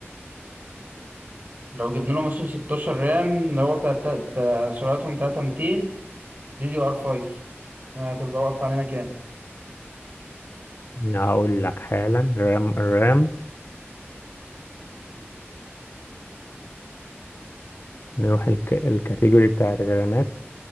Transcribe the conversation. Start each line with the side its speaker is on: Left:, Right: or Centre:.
Right: لو جبنا له مثلا 16 رام اللي هو تا- تا- تا- سرعتهم 3200 دي دي ار 5 هتبقى واقفة علينا كام
Left: هقول لك حالا رام الرام نروح الك... الكاتيجوري بتاعت الرامات